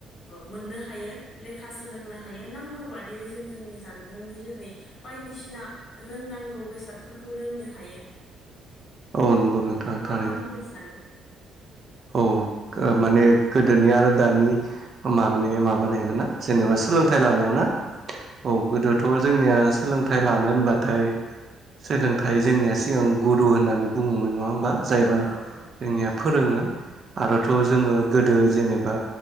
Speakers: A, on the left; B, on the right.
A: मोननो हायो लेखा सोलोंनो हायो नांगौ बाददियै जों जोंनि जा जानबुंनि जोहै बायदिसिना रोंनांगौ बेसादफोरखौ रोंनो हायो।
B: <inaudible> नोंथां
A: नोंथाङा
B: थारैनो
A: मा बुंनो सानो?
B: औ माने गोदोनि आरो दानि माबानि माबानायगोन ना जेनेबा सोलोंथाइ
A: औ
B: लानायाव ना औ गोदोथ' जोंनिया सोलोंथाइ लानो होनबाथाय सोलोंथाइ
A: औ
B: जोंनिया सिगां गुरु होननानै बुङोमोन नङा होमबा जायबो
A: औ औ
B: जोंनिया फोरोङो आरोथ'
A: औ
B: जोङो गोदो जेनेबा